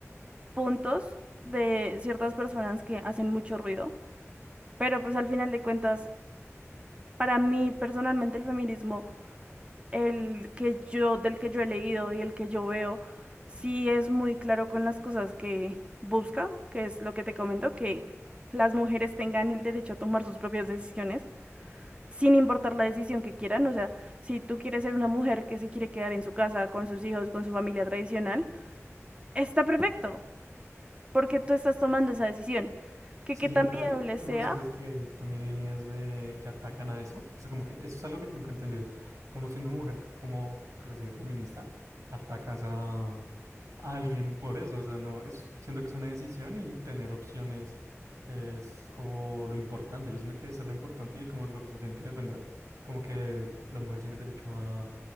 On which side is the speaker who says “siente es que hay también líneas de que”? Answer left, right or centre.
Right